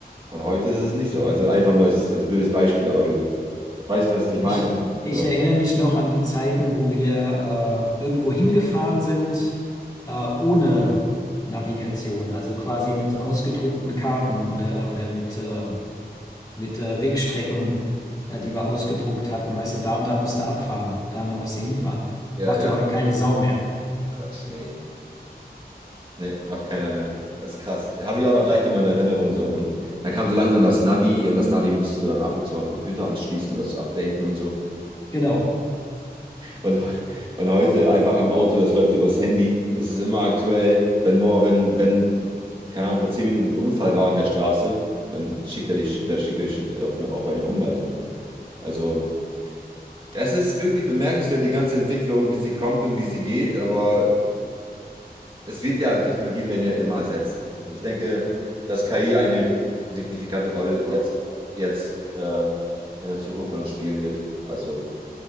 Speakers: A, on the right; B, on the left.
A: Und heute ist es nicht so. Also einfach nur als, als blödes Beispiel, aber du weißt, was ich
B: Ich,
A: meine.
B: ich
A: Was,
B: erinnere mich noch an die Zeiten, wo wir äh, irgendwo hingefahren sind, äh, ohne Navigation, also quasi mit ausgedruckten Karten oder, oder mit, äh, mit äh, Wegstrecken, äh, die wir ausgedruckt hatten. Weißt du, da und da musst du abfahren, da und da musst du hinfahren.
A: ja,
B: Macht
A: ja,
B: ja heute keine Sau mehr.
A: Quatsch. Nee, nee, macht keiner mehr. Das ist krass. Habe ich auch noch leicht in meiner Erinnerung so. Und dann kam so langsam das Navi und das Navi musstest du dann ab und zu mal am Computer anschließen und das updaten und so.
B: Genau,
A: Und, und heute einfach im Auto, das läuft übers Handy. Das ist immer aktuell. Wenn, mor- wenn, wenn, keine Ahnung, vor zehn Minuten ein Unfall war in der Straße, dann schickt er dich, dann schickt er dich schon auf eine, auf eine Umleitung. Also, es ist wirklich bemerkenswert, die ganze Entwicklung, wie sie kommt und wie sie geht, aber es wird ja, Technologien werden ja immer ersetzt. Und ich denke, dass KI eine signifikante Rolle jetzt, jetzt äh, in der Zukunft von uns spielen wird. Also.